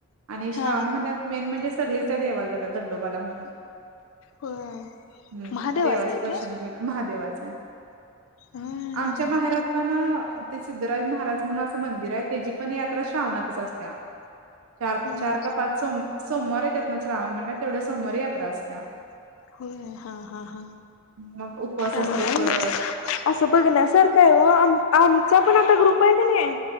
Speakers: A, on the right; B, on the left.
A: आणि श्रावण
B: हा
A: महिन्यात मेन म्हणजे सगळीच त्या देवाला जात दंडोबाला म्हणून
B: होय
A: <inaudible> हम्म
B: महादेवाच
A: देवाच
B: आहे
A: दर्शन
B: ते
A: घ्यायला महादेवाचं
B: हम्म
A: आमच्या माहेरात पण ते सिद्धराज महाराज म्हणून असं मंदिर आहे त्याची पण यात्रा श्रावणातच असत्या चार
B: होय
A: -चार का पाच सम सोमवार त्यातनच राहून महिन्यात तेवढ्या सोमवारी यात्रा असत्या
B: होय हा- हा- हा
A: मग उपवास असतोय
B: <inaudible>
A: कडक
B: असं बघण्यासारखं आहे आम आम जो पण आता ग्रुप आहे का नाही